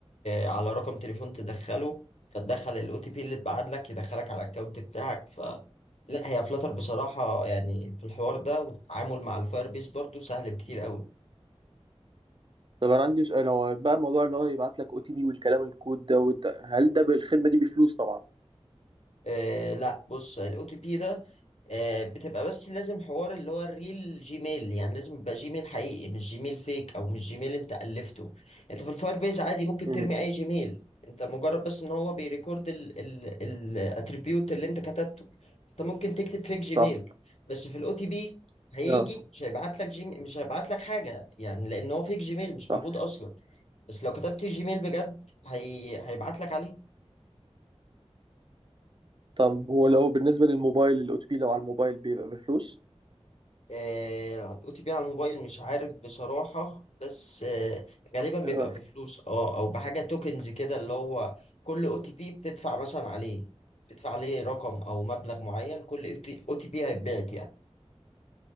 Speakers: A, on the left (about 80°); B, on the right (about 50°).
A: على رقم تليفون تدخله فتدخل الاو تي بي اللي اتبعت لك يدخلك على الاكونت بتاعك ف لا هي فلتر بصراحة يعني في الحوار ده والتعامل مع الفاير بيز برضو سهل بكتير قوي
B: طب انا عندي سؤال هو بقى الموضوع اللي هو يبعت لك او تي بي والكلام الكود ده وانت هل ده بالخدمه دي بفلوس طبعا
A: آه لا بص الاو تي بي ده آه، بتبقى بس لازم حوار اللي هو الريل جيميل يعني لازم يبقى جيميل حقيقي مش جيميل فيك او مش جيميل انت الفته انت في الفاير بيز عادي ممكن
B: مم.
A: ترمي اي جيميل انت مجرد بس ان هو بيريكورد الاتريبيوت اللي انت كتبته انت ممكن تكتب فيك جيميل
B: صح
A: بس في الاو تي بي هيجي
B: اه
A: مش هيبعت لك جيميل مش هيبعت لك حاجه يعني لان هو فيك جيميل مش
B: صح
A: موجود اصلا بس لو كتبت جيميل بجد هي... هيبعت لك عليه
B: طب هو لو بالنسبة للموبايل الأو تي بي لو على الموبايل بيبقى بفلوس
A: آه، هتقطي بيه على الموبايل مش عارف بصراحة بس آه، غالبا بيبقى
B: آه،
A: بفلوس اه او بحاجة توكنز كده اللي هو كل او تي بي بتدفع مثلا عليه بتدفع عليه رقم او مبلغ معين كل او تي بي هيتبعت يعني